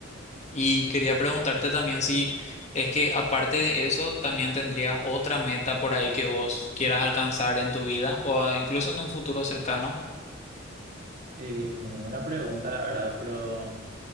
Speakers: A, on the left; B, on the right.
A: Y quería preguntarte también si es que aparte de eso, también tendrías otra meta por ahí que vos quieras alcanzar en tu vida o ah, incluso en un futuro cercano.
B: Eh, bueno, buena pregunta, la verdad, pero